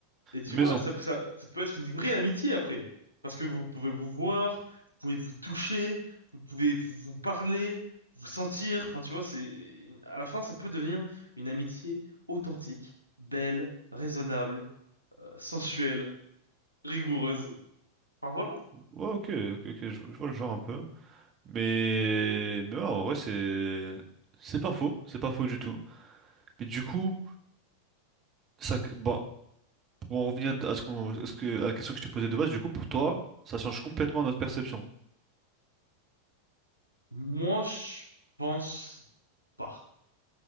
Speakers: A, on the left; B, on the right.
A: et tu
B: maison.
A: vois, ça, ça, ça peut être une vraie amitié après parce que vous pouvez vous voir, vous pouvez vous toucher, vous pouvez vous, vous parler, vous sentir. Enfin, tu vois, c'est à la fin ça peut devenir une amitié authentique, belle, raisonnable, euh, sensuelle, rigoureuse. Enfin voilà.
B: Ouais, ok, ok, ok, je, je vois le genre un peu. Mais, mais ouais, en vrai, c'est, c'est pas faux, c'est pas faux du tout. Mais du coup, ça, bon, pour en revenir à ce qu'on, à ce que, à la question que je t'ai posée de base, du coup, pour toi, ça change complètement notre perception.
A: Moi, je pense pas.